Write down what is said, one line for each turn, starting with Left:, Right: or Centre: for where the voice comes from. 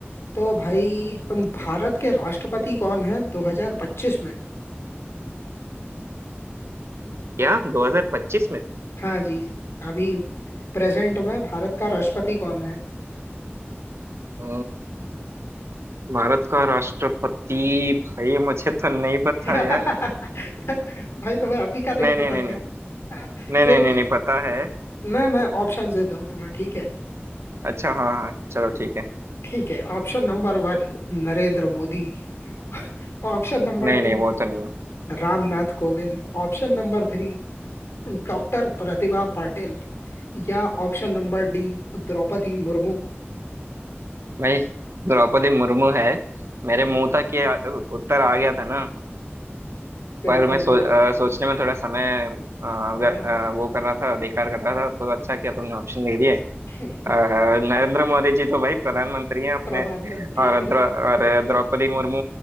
Left: तो भाई
Right: हम्म,
Left: अम, भारत के राष्ट्रपति कौन है 2025 में
Right: क्या 2025 में
Left: हाँ जी अभी प्रेजेंट में भारत का राष्ट्रपति कौन है
Right: अ, भारत का राष्ट्रपति भाई मुझे तो नहीं पता
Left: <laughs>
Right: यार
Left: भाई तुम्हें अभी का नहीं
Right: नहीं
Left: पता
Right: नहीं नहीं
Left: क्या
Right: नहीं
Left: हाँ,
Right: नहीं
Left: चलो
Right: नहीं नहीं
Left: ठीक-
Right: नहीं पता है
Left: मैं मैं ऑप्शन देता हूँ तुम्हें ठीक है
Right: अच्छा हाँ हाँ चलो ठीक है
Left: ठीक है option number one Narendra Modi <laughs> Option number
Right: नहीं नहीं
Left: two
Right: वो तो नहीं है
Left: Ramnath Kovind Option number three doctor Pratibha Patil या option number D Droupadi Murmu
Right: भाई द्रौपदी मुर्मू है मेरे मुंह तक ये आ- उत्तर आ गया था ना
Left: बिल्कुल
Right: पर मैं सो,
Left: बिल्कुल
Right: अ, सोचने में थोड़ा समय अ, व्य-
Left: हाँ
Right: अ, वो कर रहा था बेकार कर रहा था तो अच्छा किया तुमने ऑप्शन दे दिए
Left: <laughs>
Right: अ, नरेंद्र मोदी जी तो भाई प्रधानमंत्री हैं अपने
Left: प्रधानमंत्री
Right: और
Left: बिल्कुल
Right: द्र, और द्रौपदी मुर्मू